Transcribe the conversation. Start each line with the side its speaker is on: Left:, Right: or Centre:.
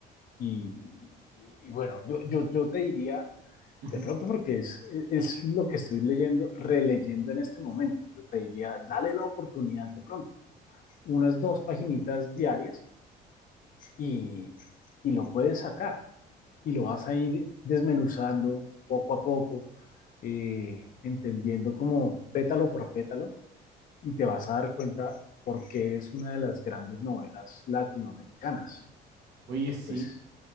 Left: Y, y- y bueno, yo, yo, yo te diría,
Right: ujú.
Left: de pronto porque es, es lo que estoy leyendo, releyendo en este momento, pero te diría, dale la oportunidad de pronto, unas dos paginitas diarias y, y lo puedes sacar y lo vas a ir desmenuzando poco a poco, eh, entendiendo como pétalo por pétalo y te vas a dar cuenta por qué es una de las grandes novelas latinoamericanas.
Right: Oye,
Left: Eh,
Right: sí,
Left: pues